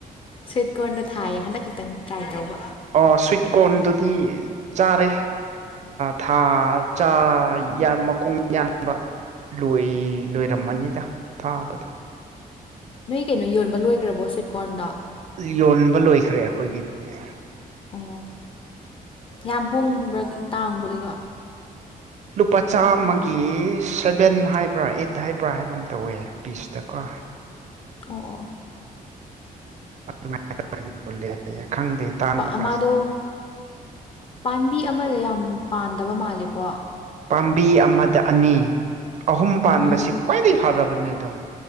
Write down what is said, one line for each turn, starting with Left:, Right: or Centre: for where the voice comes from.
Left: ꯁ꯭ꯋꯤꯠ ꯀꯣꯔꯟꯗꯣ ꯊꯥꯏꯌꯦ ꯍꯟꯗꯛ ꯈꯛꯇꯪ ꯇ꯭ꯔꯥꯏ ꯇꯧꯕ
Right: ꯑꯣ ꯁ꯭ꯋꯤꯠ ꯀꯣꯔꯟꯗꯨꯗꯤ ꯆꯥꯔꯦ ꯊꯥ ꯆ ꯃꯈꯣꯡ ꯌꯥꯟꯕ ꯂꯣꯏ ꯂꯣꯏꯔꯝꯃꯅꯤꯗ ꯊꯥꯕꯗꯣ
Left: ꯅꯣꯏ ꯀꯩꯅꯣ ꯌꯣꯟꯕ ꯂꯣꯏꯈ꯭ꯔꯕꯣ ꯁꯋꯤꯠꯀꯣꯟꯗ
Right: ꯌꯣꯟꯕ ꯂꯣꯏꯈ꯭ꯔꯦ ꯑꯩꯈꯣꯏꯒꯤꯗꯤ
Left: ꯑꯣ ꯌꯥꯝ ꯍꯣꯡꯕ꯭ꯔꯥ ꯇꯥꯡꯕꯗꯨꯗꯣ
Right: ꯂꯨꯄꯥ ꯆꯥꯝꯃꯒꯤ ꯁꯚꯦꯟ ꯍꯥꯏꯕ꯭ꯔꯥ ꯑꯩꯠ ꯍꯥꯏꯕ꯭ꯔꯥ ꯍꯥꯏꯕ ꯑꯃ ꯇꯧꯋꯦ ꯄꯤꯁꯇꯀ
Left: ꯑꯣ
Right: ꯑꯗꯨ ꯌ ꯍꯥꯏ ꯈꯪꯗꯦ ꯇꯥꯡꯕ
Left: ꯑꯣ ꯃꯥꯗꯣ ꯄꯥꯝꯕꯤ ꯑꯃꯗ ꯌꯥꯝ ꯄꯥꯟꯗꯕ ꯃꯥꯜꯂꯦꯀꯣ
Right: ꯄꯥꯝꯕꯤ ꯑꯃꯗ ꯑꯅꯤ ꯑꯍꯨꯝ ꯄꯥꯟꯕꯁ
Left: ꯎꯝ
Right: ꯈ꯭ꯋꯥꯏꯗꯒꯤ ꯐꯔꯕꯅꯦ ꯑꯗꯣ